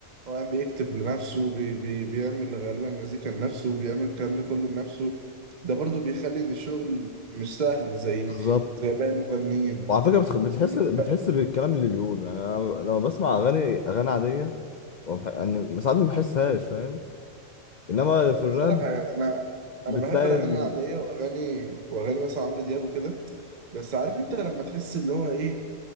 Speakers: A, on the right; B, on the left.
A: هو قاعد بيكتب لنفسه بي بي بيعمل غالبا مزيكا لنفسه بيعمل الكلام ده كله لنفسه ده برضه بيخلي ان الشغل مش سهل زي
B: بالظبط
A: زي باقي المغنيين
B: وعلى فكرة بتخ- بتحس
A: ب-
B: بتحس بالكلام اللي بيقوله يعني أنا لما بسمع أغاني أغاني عادية وبح- يعني ساعات ما بحسهاش فاهم إنما
A: يعني
B: في الراب
A: بص أقول لك حاجة، انا انا
B: بتلاقي
A: بحب الاغاني
B: ال-
A: العاديه واغاني واغاني مثلا عمرو دياب وكده بس عارف انت لما تحس اللي هو ايه